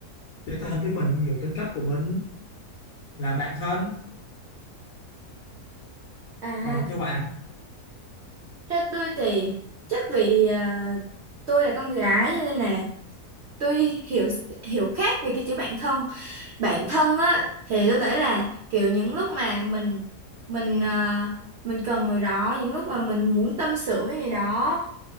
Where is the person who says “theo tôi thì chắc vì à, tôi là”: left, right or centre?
Right